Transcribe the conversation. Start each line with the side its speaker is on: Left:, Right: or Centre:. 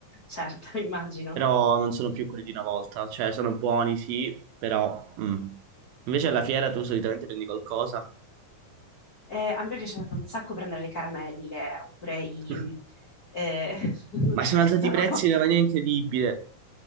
Left: certo, <laughs> immagino.
Right: però non sono più quelli di una volta, cioè sono buoni sì, però... mm. Invece alla fiera tu solitamente prendi qualcosa?
Left: Eh, a me piace un sacco prendere le caramelle, oppure i...
Right: <laughs>
Left: mm, eh, <laughs>
Right: Ma sono alzati
Left: ci sono...
Right: i prezzi in una maniera incredibile.